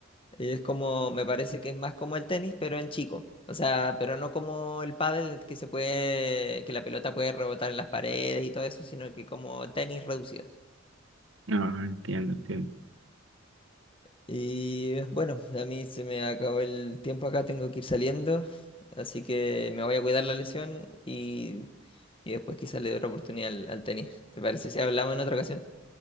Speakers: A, on the left; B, on the right.
A: Y es como, me parece que es más como el tenis, pero en chico. O sea, pero no como el pádel que se puede, que la pelota puede rebotar en las paredes y todo eso, sino que como tenis reducido.
B: No, entiendo, entiendo.
A: Y eh, bueno, a mí se me acabó el tiempo acá, tengo que ir saliendo, así que me voy a cuidar la lesión y, y después quizás le doy otra oportunidad al, al tenis. ¿Te parece si hablamos en otra ocasión?